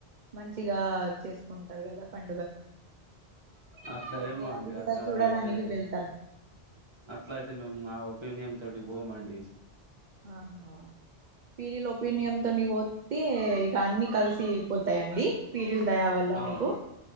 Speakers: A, on the right; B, on the right.
A: మంచిగా చేసుకుంటారు కదా పం
B: అట్లా
A: అయితే
B: ఏమో అండి
A: అది కూడా
B: అట్లా
A: చూడడానికి
B: అయితే
A: వెళ్తారా
B: అట్లయితే మేం ఆ ఒపీనియన్ తోటి పోమండి
A: ఆహా పీరీలోపినియన్తో నిక్పో టీ ఇక అన్ని కల్సి పోతాయండి పీరిలు దయా వల్ల
B: అవు
A: మీకు